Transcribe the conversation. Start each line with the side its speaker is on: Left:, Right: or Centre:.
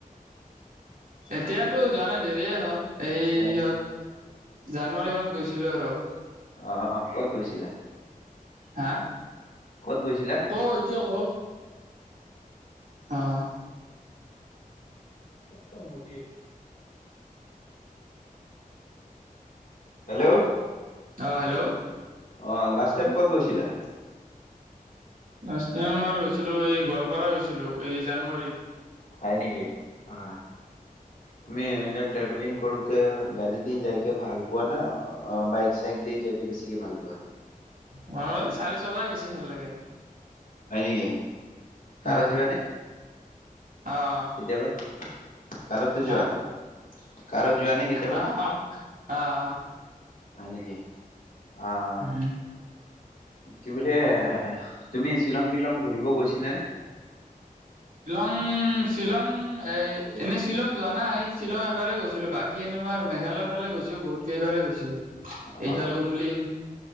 Right: এতিয়াতো যোৱা নাই দেৰিয়ে হ'ল এইয়া
Left: হয় নেকি
Right: ত জানুৱাৰী মানত গৈছিলোঁ আৰু।
Left: অ অ ক'ত গৈছিলা
Right: হা
Left: ক'ত গৈছিলা
Right: ক এতিয়া ক অ অহ
Left: কসত মদি হেল্ল'
Right: অ হেল্ল'
Left: অ লাষ্ট টাইম ক'ত গৈছিলা।
Right: আ <unintelligible> তোমাৰ গৈছিলোঁ এই গোৱালপাৰা গৈছিলোঁ। গৈছিলোঁ, এই জানুৱাৰীত।
Left: হয় নেকি? অ। তুমি এনে ট্ৰেভেলিং কৰোতে গাড়ী দি যাইকে ভাল পোৱা না বাইক চাইক দি যাইকে বেছিকে ভাল পোৱা।
Right: মই চাৰি চকাই বেছি ভাল লাগে।
Left: হয় নেকি?
Right: অহা
Left: কাৰত যোৱা নে
Right: অহ
Left: কেতিয়াবা কাৰতো যোৱা
Right: হা
Left: কাৰত যোৱা নে কেতিয়াবা
Right: আহ। অঁ।
Left: হয় নেকি? অঁ।
Right: উম
Left: কি বুলে তুমি। শ্বিলং টিলং। ফুৰিব গৈছিলা নে?
Right: উম শ্বিলং এ এনেই শ্বিলং যোৱা নাই, শ্বিলং এবাৰেই গৈছিলো বাকী এনে তোমাৰ মেঘালয়ৰ ফালে গৈছো বহুত কেইবাৰেই গৈছো।
Left: অ
Right: এইফাল উমলিং